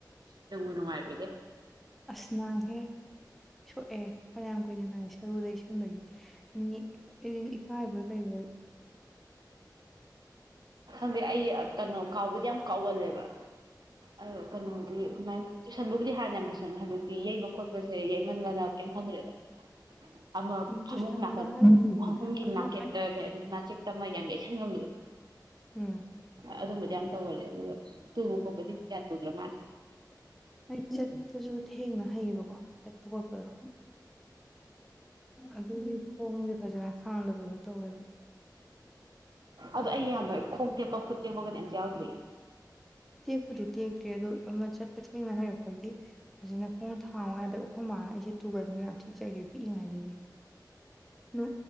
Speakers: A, on the right; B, in the centre.
A: ꯅꯪꯨꯅꯅꯨꯡꯥꯏꯕꯤꯗ
B: ꯑꯁ ꯅꯥꯍꯦ ꯁꯣꯛꯑꯦ ꯐꯅꯌꯥꯝ ꯀꯨꯏꯅ ꯅꯥꯏ ꯁꯔꯨꯗ ꯁꯟꯗꯒꯤ ꯎꯝ ꯀꯥꯏꯕꯣꯏ ꯀꯩꯕꫭꯏ
A: ꯈꯪꯗꯦ ꯑꯩ ꯀꯩꯅꯣ ꯀꯥꯎꯕꯗꯤ ꯌꯥꯝ ꯀꯥꯎꯒꯜꯂꯦꯕ ꯑ ꯀꯩꯅꯣꯗꯤ ꯃꯥꯏ ꯇꯨꯏꯁꯟꯕꯕꯨꯗꯤ ꯍꯥꯟꯅ ꯌꯥꯝ ꯇꯨꯁꯟ ꯍꯧꯖꯤꯛꯇꯤ ꯌꯩꯕ ꯈꯣꯠꯄꯁꯦ ꯌꯩꯃꯟꯒꯅ ꯀꯩꯝ ꯈꯟꯗ꯭ꯔꯦꯗ ꯑꯃ
B: ꯎꯝ
A: ꯐꯃꯨꯡ
B: ꯇꯨꯁꯟꯕ
A: ꯅꯥꯀꯠ
B: ꯍꯥꯏꯔꯒꯗꯤ
A: ꯐꯃꯨꯡꯒꯤ
B: ꯑꯃ
A: ꯅꯥꯀꯦꯠꯇ
B: ꯑꯩ
A: ꯀ ꯅꯥꯆꯦꯛꯇ ꯑꯃ ꯌꯥꯝ ꯌꯩꯁꯟ ꯉꯝꯕꯗꯣ
B: ꯎꯝ
A: ꯑꯗꯨ ꯑꯗꯨ ꯃ ꯌꯥꯝ ꯇꯧꯒꯜꯂꯦ ꯑꯗꯨꯒ ꯇꯨꯕ ꯈꯣꯠꯄꯗꯤ ꯌꯥ ꯀꯗ꯭ꯔꯣ ꯃꯥ
B: ꯑꯩ ꯆꯠꯄꯁꯨ ꯊꯦꯡꯅ ꯍꯩꯌꯦꯕꯀꯣ ꯆꯠꯄ ꯈꯣꯠꯄꯗꯣ ꯑꯗꯨꯒꯤ ꯈꯣꯡꯁꯦ ꯐꯖꯅ ꯊꯥꯡꯗꯕꯗꯣ ꯇꯧꯋꯦꯕ
A: ꯑꯗꯨ ꯑꯩ ꯌꯥꯝꯅ ꯈꯣꯡ ꯇꯦꯛꯄ ꯈꯨꯠ ꯊꯦꯛꯄꯒꯗꯤ ꯑꯝꯇ ꯌꯥꯎꯗ꯭ꯔꯤ
B: ꯇꯦꯛꯄꯨꯗꯤ ꯇꯦꯛꯇ꯭ꯦ ꯑꯗꯨꯗ ꯑꯃ ꯆꯠꯄ ꯊꯦꯡꯅ ꯍꯩꯔꯛꯄꯒꯤ ꯑꯁꯤꯅ ꯈꯣꯡ ꯊꯥꯡꯉꯥꯏꯗ ꯑꯩꯈꯣꯏ ꯃꯥꯟꯅ ꯑꯩꯁꯦ ꯇꯨꯒꯟꯕ ꯌꯥꯝ ꯊꯤ ꯆꯩꯔꯦ ꯄꯤꯛꯏꯉꯥꯏꯗꯒꯤ ꯑꯗꯨ